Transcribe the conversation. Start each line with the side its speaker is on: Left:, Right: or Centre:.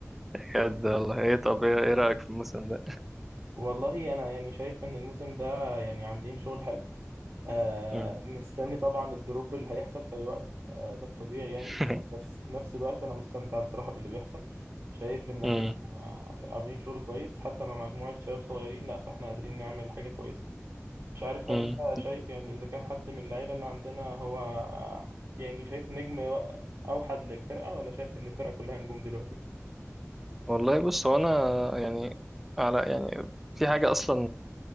Centre: بجد والله ايه طب ايه إيه رأيك في الموسم ده
Right: والله انا يعني شايف ان الموسم ده يعني عاملين شغل حلو آه،
Centre: مم.
Right: مستني طبعا الدروب اللي هيحصل في أي وقت آه، ده الطبيعي يعني
Centre: <laughs>
Right: بس في نفس الوقت أنا مستمتع بصراحة باللي بيحصل شايف إن
Centre: مم.
Right: إحنا آه، عاملين شغل كويس حتى مع مجموعة شباب صغيرين لأ فإحنا قادرين نعمل حاجة كويسة مش عارف
Centre: مم.
Right: هل أنت شايف يعني إذا كان حد من اللعيبة اللي عندنا هو آه، يعني شايف نجم أوحد للفرقة ولا شايف إن الفرقة كلها نجوم دلوقتي؟
Centre: والله بص هو انا يعني على يعني في حاجة اصلا